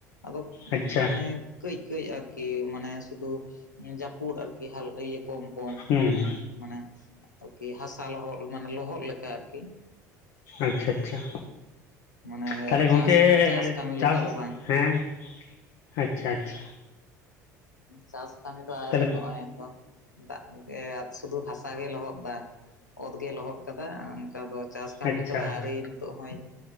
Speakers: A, on the left; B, on the left.
A: ᱟᱫᱚ
B: ᱟᱪᱪᱷᱟ
A: ᱢᱟᱱᱮ ᱠᱟᱹᱡ ᱠᱟᱹᱡ ᱟᱨᱠᱤ ᱢᱟᱱᱮ ᱥᱩᱫᱷᱩ ᱡᱟᱹᱯᱩᱫ ᱟᱨᱠᱤ ᱦᱟᱞᱠᱟ ᱠᱚᱢ ᱠᱚᱢ
B: ᱦᱩᱸ
A: ᱦᱮᱸ ᱢᱟᱱᱮ ᱟᱨᱠᱤ ᱦᱟᱥᱟ ᱞᱚᱦᱚᱫ ᱢᱟᱱᱮ ᱞᱚᱦᱚᱫ ᱞᱮᱠᱟ ᱟᱨᱠᱤ
B: ᱟᱪᱪᱷᱟ ᱟᱪᱪᱷᱟ
A: ᱢᱟᱱᱮ
B: ᱛᱟᱦᱚᱞᱮ
A: ᱪᱟᱥ
B: ᱜᱚᱢᱠᱮ
A: ᱪᱟᱥ ᱠᱟᱹᱢᱤ ᱞᱮᱠᱟ
B: ᱪᱟᱥ
A: ᱫᱚ ᱵᱟᱝ
B: ᱦᱮᱸ ᱟᱪᱪᱷᱟ ᱟᱪᱪᱷᱟ
A: ᱪᱟᱥ ᱠᱟᱹᱢᱤ ᱫᱚ ᱟᱹᱣᱨᱤ
B: ᱛᱟᱦᱚᱞᱮ
A: ᱱᱚᱜᱼᱚᱭ ᱛᱚ ᱫᱟᱜ ᱜᱮ ᱥᱩᱫᱩ ᱦᱟᱥᱟ ᱜᱮ ᱞᱚᱦᱚᱫ ᱫᱟ ᱚᱛ ᱜᱮ ᱞᱚᱦᱚᱫ ᱠᱟᱫᱟ ᱚᱱᱠᱟ ᱫᱚ ᱪᱟᱥ ᱠᱟᱹᱢᱤ
B: ᱟᱪᱪᱷᱟ
A: ᱞᱮᱠᱟ ᱫᱚ ᱟᱹᱨᱤ ᱱᱤᱛᱚᱜ ᱦᱚᱸᱭ